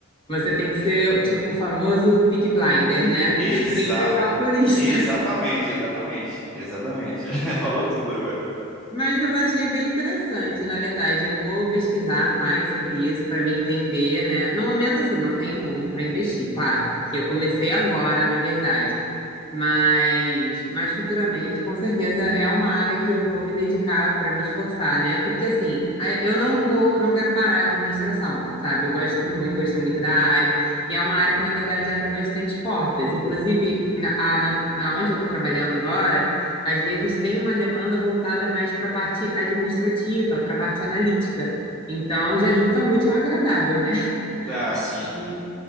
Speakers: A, on the left; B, in the centre.
A: você tem que ser, tipo, o famoso pick Blinder, né?
B: Exa
A: <laughs> Frio e calculista.
B: exatamente, exatamente, exatamente. <laughs> Falou tudo agora.
A: Mas eu achei bem interessante, na verdade. Eu vou pesquisar mais sobre isso para me entender, né? No momento, assim, não tenho muito para investir, claro, porque eu comecei agora, na verdade. Mas, mas futuramente, com certeza, é uma área que eu vou me dedicar para me esforçar, né? Porque assim, a- eu não vou, não quero parar a administração, sabe? Eu gosto muito, eu gostei muito da área, e é uma área que, na verdade, abre bastante portas. Inclusive, na, a- na, na onde eu estou trabalhando agora. Às vezes tem uma demanda voltada mais para a parte administrativa, para a parte analítica. Então, já junta o útil ao agradável, né? <laughs>
B: Ah, sim.
A: E-